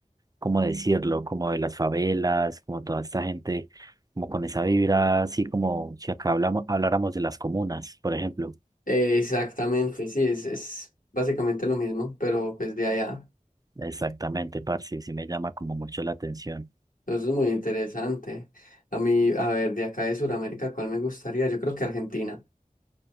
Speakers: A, on the right; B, on the left.
A: cómo decirlo, como de las favelas, como toda esta gente, como con esa vibra, así como si acá hablamos, habláramos de las comunas, por ejemplo.
B: Eh, exactamente, sí, es, es básicamente lo mismo, pero pues de allá.
A: Exactamente, parce, sí me llama como mucho la atención.
B: Eso es muy interesante. A mí, a ver, de acá de Sudamérica, ¿cuál me gustaría? Yo creo que Argentina.